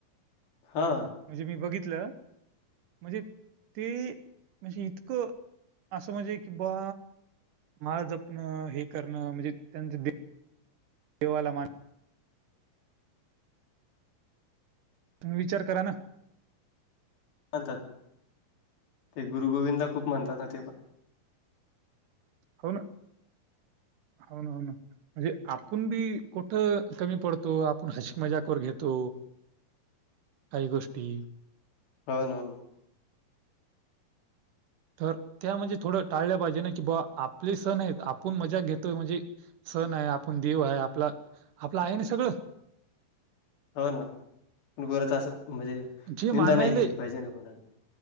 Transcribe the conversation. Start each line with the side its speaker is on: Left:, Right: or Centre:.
Left: हा.
Right: म्हणजे मी बघितलं म्हणजे ते म्हणजे इतकं असं म्हणजे की बा माळ जपण हे करणं म्हणजे त्यांच देवाला मा तुम्ही विचार करा ना.
Left: मानतात ते गुरु गोविंदला खूप मानतात ना ते पण
Right: कोण हो ना हो ना <unintelligible> म्हणजे आपण बी कुठं कमी पडतो आपण हाशी मजाक करून घेतो. काही गोष्टी
Left: हो ना ओ.
Right: तर त्या म्हणजे थोडं टाळल्या पाहिजे ना की बा आपले सण आहेत आपण मजा घेतोय म्हणजे सण आहे आपण देव आहे आपला आपलं आहे ना सगळं?
Left: हो ना गोराच असं म्हणजे
Right: जे
Left: निंदा
Right: मानालय
Left: नाही केली पाहिजे ना कोणाला.